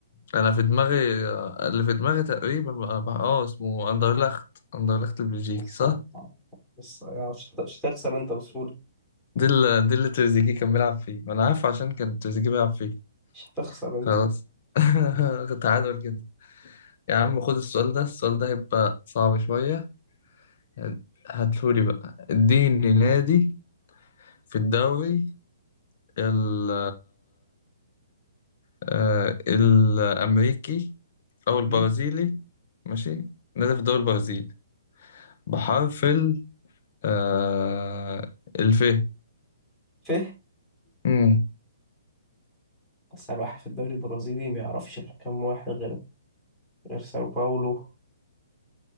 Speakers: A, on the left; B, in the centre.
A: أنا في دماغي آه، اللي في دماغي تقريبا اه آه، اسمه أندرلخت أندرلخت البلجيكي
B: بص
A: صح؟
B: بص مش هت- مش هتخسر انت بسهولة
A: دي اللي دي اللي تريزيجيه كان بيلعب فيه ما انا عارف عشان كان تريزيجيه بيلعب فيه
B: مش هتخسر انت
A: خلاص <laughs> تعادل كده يا عم خد السؤال ده السؤال ده هيبقى صعب شوية يعني هاتهولي بقى اديني نادي في الدوري ال آه، الأمريكي أو البرازيلي
B: ماشي
A: ماشي نادي في الدوري البرازيلي بحرف ال آه، الف
B: ف
A: امم
B: أسهل واحد في الدوري البرازيلي ما يعرفش إلا كام واحد غير غير ساو باولو